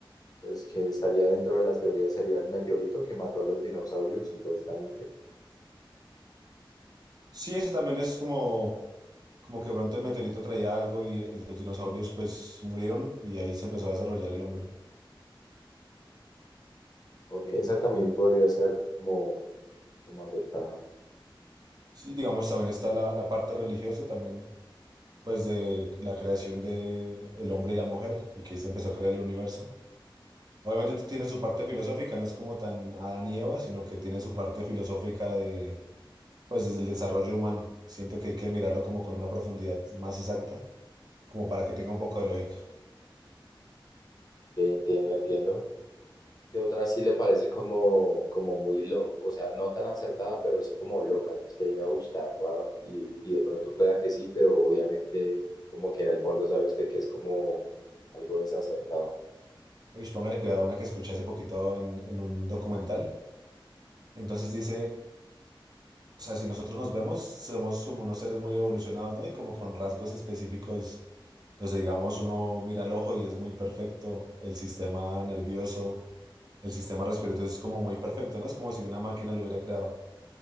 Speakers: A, on the left; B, on the right.
A: pues, que estaría dentro de las teorías sería el meteorito que mató a los dinosaurios, supuestamente.
B: Sí, ese también es como, como que de pronto el meteorito traía algo y eh, los dinosaurios pues murieron y ahí se empezó a desarrollar el hombre.
A: Ok, esa también podría ser como, como aceptada. Ok,
B: Sí, digamos, también está la, la parte religiosa, también pues de la creación de el hombre y la mujer y que ahí se empezó a crear el universo. Obviamente t- tiene su parte filosófica, no es como tan Adán y Eva, sino que tiene su parte filosófica de, pues desde el desarrollo humano. Siento que hay que mirarlo como con una profundidad más exacta, como para que tenga un poco de lógica.
A: entiendo, entiendo. que otra sí le parece como, como muy loca, o sea, no tan acertada, pero sí como loca, que usted diga, uy, está raro, y, y de pronto pueda que sí, pero obviamente como que en el fondo sabe usted que es como algo desacertado.
B: Uy, póngale cuidado a una que escuché hace poquito en, en un documental. Entonces dice, o sea, si nosotros nos vemos, somos como unos seres muy evolucionados, ¿no? Y como con rasgos específicos Entonces, digamos, uno mira el ojo y es muy perfecto, el sistema nervioso, el sistema respiratorio es como muy perfecto, ¿no? Es como si una máquina lo hubiera creado.